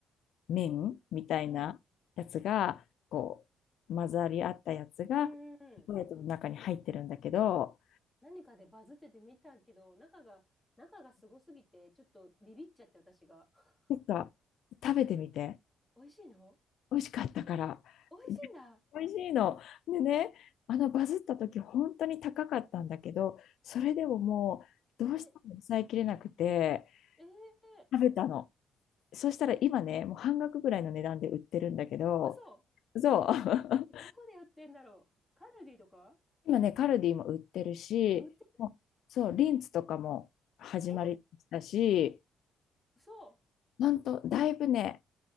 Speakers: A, on the left (about 75°); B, in the centre.
A: 麺みたいなやつが、
B: うん。
A: こう、混ざり合ったやつが、
B: うんうんうん。
A: チョコレートの中に入ってるんだけど、
B: 何かでバズってて見たけど、中が、中がすごすぎて、ちょっとビビっちゃって私が。<laughs>
A: なんか、食べてみて。
B: 美味しいの
A: 美味しかったから。
B: 美味しいんだ。
A: <laughs> 美味しいの。でね、あのバズった時本当に高かったんだけど、それでももうどうしても抑えきれなくて
B: えー、えー、
A: 食べたの。そしたら今ね、もう半額ぐらいの値段で売ってるんだけど、
B: 嘘。
A: そう。<laughs>
B: えどこで売ってんだろう。カルディとか
A: 今ね、カルディも売ってるし、
B: あ、売ってる。
A: もう、そう、リンツとかも始まりだし、
B: え、そう
A: 本当だいぶね、